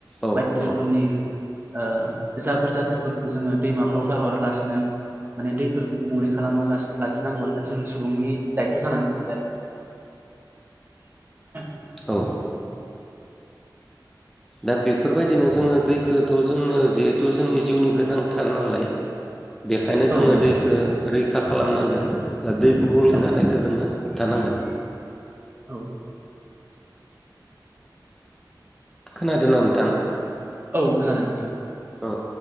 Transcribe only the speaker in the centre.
औ
औ
औ। दा बेफोरबायदिनो जोङो दैखौथ' जोंनो जिहेथु जोंनि जिउनि गोनांथार नालाय। बेखायनो
जोङो
दैखो रैखा खालामनांगोन दै गुबुंले
जानायखौ जोङो होबथानांगोन।
खोनादोंना नोंथां?
औ